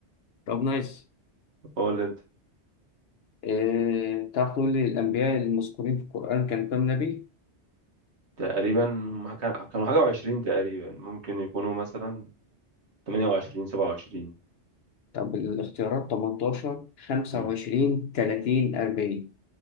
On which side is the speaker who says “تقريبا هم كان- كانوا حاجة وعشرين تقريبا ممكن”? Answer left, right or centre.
Right